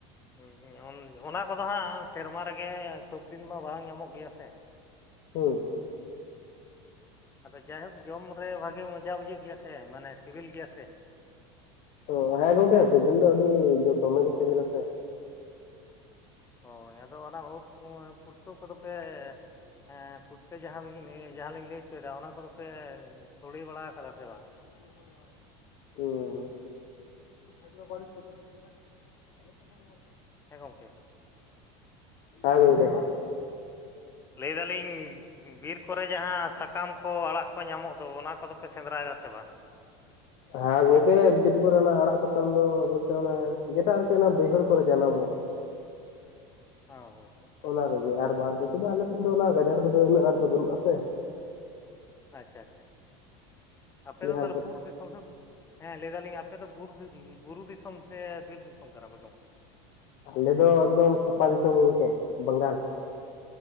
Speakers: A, on the left (about 20°); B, on the left (about 55°).
A: ᱦᱳᱭ ᱦᱳᱭ ᱩᱱ ᱚᱱᱟ ᱠᱚᱫᱚ ᱦᱟᱸᱜ ᱥᱮᱨᱢᱟ ᱨᱮᱜᱮ ᱥᱚᱵᱫᱤᱱ ᱢᱟ ᱵᱟᱝ ᱧᱟᱢᱚᱜ ᱜᱮᱭᱟ ᱥᱮ᱾
B: ᱦᱩᱸ᱾
A: ᱟᱫᱚ ᱡᱟᱭᱦᱳᱠ ᱡᱚᱢ ᱨᱮ ᱵᱷᱟᱜᱮ ᱢᱚᱡᱟ ᱵᱩᱡᱷᱟᱹᱜ ᱜᱮᱭᱟ ᱥᱮ, ᱢᱟᱱᱮ ᱥᱤᱵᱤᱞ ᱜᱮᱭᱟ ᱥᱮ᱾
B: ᱚᱸ ᱦᱮᱸ ᱜᱚᱝᱠᱮ ᱥᱤᱵᱤᱞ ᱫᱚ ᱟᱹᱰᱤ ᱫᱚᱢᱮ ᱜᱮ ᱥᱤᱵᱤᱞᱟ ᱥᱮ᱾
A: ᱦᱳᱭ, ᱟᱫᱚ ᱚᱱᱟ ᱩᱴ ᱩᱸ ᱯᱩᱴᱠᱟᱹ ᱠᱚᱫᱚ ᱯᱮ ᱦᱮᱸ ᱯᱩᱴᱠᱟᱹ ᱡᱟᱸᱦᱟ ᱩᱞᱤᱧ ᱞᱟᱹᱭ ᱠᱮᱫᱟ ᱡᱟᱸᱦᱟ ᱞᱤᱧ ᱞᱟᱹᱭ ᱪᱩᱭᱫᱟ ᱚᱱᱟ ᱠᱚᱫᱚ ᱯᱮ ᱥᱚᱲᱮ ᱵᱟᱲᱟᱣ ᱠᱟᱫᱟ ᱥᱮ ᱵᱟᱝ?
B: <unintelligible> ᱩᱸ <unintelligible> ᱛᱟᱦᱞᱮ ᱠᱳᱱᱳ ᱜᱮ ᱵᱟᱝ ᱦᱮᱡ ᱠᱚᱜ-ᱟ᱾
A: ᱦᱮᱸ ᱜᱚᱝᱠᱮ᱾
B: ᱦᱮᱸ ᱜᱚᱝᱠᱮ᱾
A: ᱞᱟᱹᱭᱫᱟᱞᱤᱧ ᱵᱤᱨ ᱠᱚᱨᱮ ᱡᱟᱦᱟᱸ ᱥᱟᱠᱟᱢ ᱠᱚ ᱟᱲᱟᱜ ᱠᱚ ᱧᱟᱢᱚᱜ ᱫᱚ ᱚᱱᱟ ᱠᱚᱫᱚ ᱯᱮ ᱥᱮᱸᱫᱽᱨᱟᱭ ᱫᱟ ᱥᱮ ᱵᱟᱝ?
B: ᱦᱟᱸ ᱜᱚᱝᱠᱮ ᱵᱤᱫ ᱠᱚᱨᱮ ᱱᱟᱜ ᱟᱲᱟᱜ ᱥᱟᱠᱟᱢ ᱫᱚ ᱵᱚᱞᱛᱮ ᱡᱮᱴᱟ ᱟᱨᱠᱤ ᱚᱱᱟ ᱵᱟᱹᱭᱦᱟᱹᱲ ᱠᱚᱨᱮ ᱡᱟᱱᱟᱢᱚᱜ᱾
A: <inaudible> ᱦᱚᱸ
B: ᱚᱱᱟ ᱠᱚᱜᱮ ᱟᱨ ᱵᱟᱫ ᱵᱟᱹᱠᱤ ᱫᱚ ᱟᱞᱮ ᱥᱮᱱ ᱫᱚ ᱚᱱᱟ ᱜᱟᱡᱟᱲ ᱠᱚᱫᱚ ᱩᱱᱟᱹᱜ ᱟᱸᱴ ᱫᱚ ᱵᱟᱹᱱᱩᱜᱼᱴ-ᱟ ᱥᱮ᱾
A: ᱟᱪᱪᱷᱟ ᱟᱪᱪᱷᱟ, ᱟᱯᱮ
B: ᱡᱟᱦᱟᱸ
A: ᱫᱚ ᱛᱟᱦᱞᱮ
B: ᱞᱮᱠᱟ
A: ᱵᱩᱨ ᱫᱤ ᱫᱤᱥᱚᱢ ᱠᱷᱚᱱ, ᱦᱮᱸ ᱞᱟᱹᱭ ᱫᱟᱞᱤᱧ ᱟᱯᱮ ᱫᱚ ᱵᱩᱨ ᱩᱸ ᱵᱩᱨᱩ ᱫᱤᱥᱚᱢ ᱥᱮ ᱵᱤᱨ ᱫᱤᱥᱚᱢ ᱠᱟᱱᱟ ᱯᱮ ᱜᱚᱝᱠᱮ?
B: ᱟᱞᱮ ᱫᱚ ᱮᱠᱫᱚᱢ ᱥᱟᱯᱟ ᱫᱤᱥᱚᱢ ᱜᱚᱝᱠᱮ, ᱵᱟᱝᱜᱟᱞ᱾